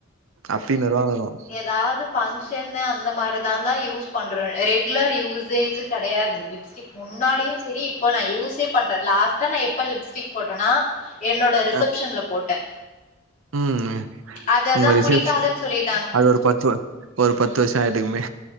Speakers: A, on the right (about 75°); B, on the left (about 40°).
A: அப்பின்னுருவருவானுங்கோ
B: ஏதாவ்து ஃபங்க்ஷன்னு அந்த மாரி தா தான் யூஸ் பண்ணுற ரெகுலர் யூசேஜ் கெடையாது லிஃப்ஸ்டிக் முன்னாடியும் சரி இப்ப நான யூஸே பண்றேன லாஸ்டா எப்ப லிஃப்ஸ்டிக் போட்டேனா என்னோட ரிசப்ஷன்ல
A: அ
B: போட்டன்
A: ம்
B: அததா
A: உங்க ரிசர்ச்
B: புடிக்காதுன்னு சொல்லிட்
A: அது ஒரு பத்து ஒரு பத்து வருஷம் ஆயிட்டுக்குமே